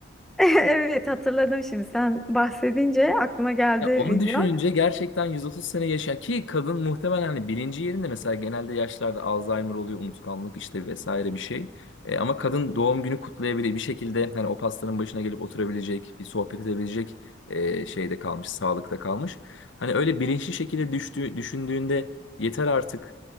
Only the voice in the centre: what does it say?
Evet hatırladım şimdi sen bahsedince aklıma geldi
video.